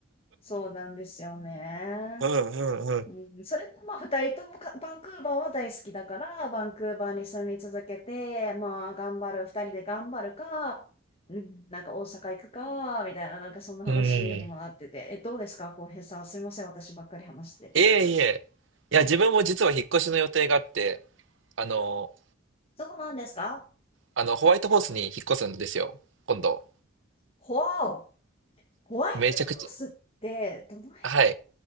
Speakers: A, on the left; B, on the right.
A: そうなんですよね。
B: うんうんうん。
A: うん、それとまあ二人ともかバンクーバーは大好きだから、バンクーバーに住み続けて、まあ頑張る、二人で頑張るか、うん、なんか大阪行くか、みたいな、なんかそんな話にもなってて、
B: うん。い
A: え、どうですか、浩平さん。すみません、私ばっかり話して。
B: えいえ。いや、自分も実は引っ越しの予定があって、あの、
A: そうなんですか
B: あの、ホワイトホースに引っ越すんですよ。今度。
A: ほわお、ホワイトフォースってどの辺
B: めちゃくちゃ。はい。